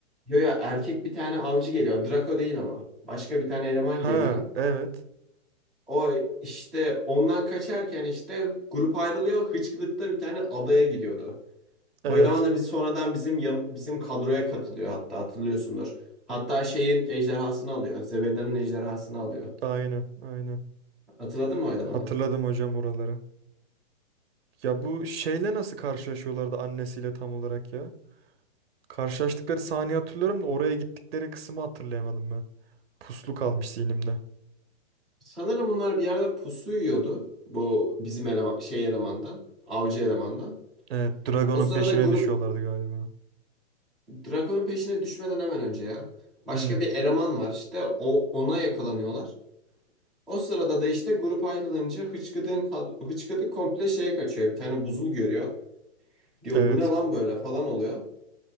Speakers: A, in the centre; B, on the right (about 60°).
A: Yo ya erkek bir tane avcı geliyor. Draco değil ama. Başka bir tane eleman
B: Ha,
A: geliyor.
B: evet.
A: O işte ondan kaçarken işte grup ayrılıyor. Hıçkırık'ta bir tane adaya gidiyordu.
B: Evet.
A: Bu eleman da bizi sonradan bizim yan- bizim kadroya katılıyor hatta hatırlıyorsundur. Hatta şeyin ejderhasını alıyor. Zebeda'nın ejderhasını alıyor.
B: Aynen, aynen.
A: Hatırladın mı o elemanı?
B: Hatırladım hocam oraları. Ya bu şeyle nasıl karşılaşıyorlardı annesiyle tam olarak ya? Karşılaştıkları sahneyi hatırlıyorum da oraya gittikleri kısmı hatırlayamadım ben. Puslu kalmış zihnimde.
A: Sanırım bunlar bir yerde pusu yiyordu. Bu bizim eleman, şey elemandan. Avcı elemandan.
B: Evet, Dragon'un
A: O sırada
B: peşine
A: grup
B: düşüyorlardı galiba.
A: Drakon'un peşine düşmeden hemen önce ya. Başka
B: Hmm,
A: bir eleman var işte. O, ona yakalanıyorlar. O sırada da işte grup ayrılınca hıçkıdığın, kad- hıçkıdık komple şeye kaçıyor. Bir tane buzul görüyor. Diyor
B: evet.
A: bu ne lan böyle falan oluyor.